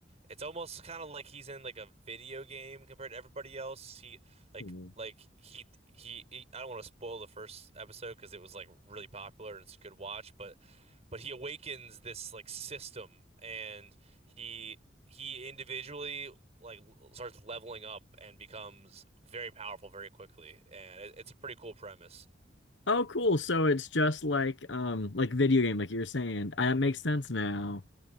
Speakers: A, on the right; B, on the left.
A: it's almost kind of like he's in like a video game compared to everybody else. He like
B: Mhm.
A: like he he, he I don't want to spoil the first episode because it was like really popular and it's a good watch, but but he awakens this like system and he he individually like l- starts leveling up and becomes very powerful very quickly and it, it's a pretty cool premise.
B: Oh, cool. So it's just like um like video game, like you were saying. Uh, That makes sense now.